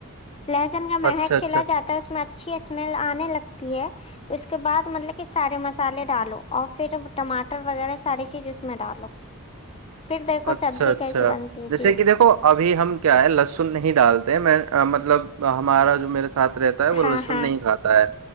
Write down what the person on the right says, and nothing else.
اچھا اچھا
اچھا
اچھا
جیسے
کہ دیکھو ابھی ہم کیا ہے لہسن نہیں ڈالتے میں مطلب ہمارا جو میرے ساتھ رہتا ہے وہ لہسن
نہیں کھاتا ہے